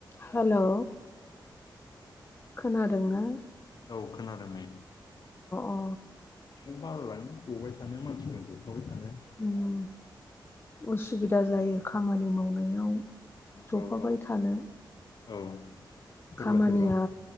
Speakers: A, on the left; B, on the left.
A: हेलौ खोनादों ना?
B: औ खोनादों नै।
A: अ
B: औ बालाइलाङो जबाय थानो मानसिजों जफाबाय थानो।
A: उम उसुबिदा जायो खामानि मावनायाव। जफाबाय
B: औ औ
A: थानो
B: औ। सोरबा
A: खामानिया
B: सोरबा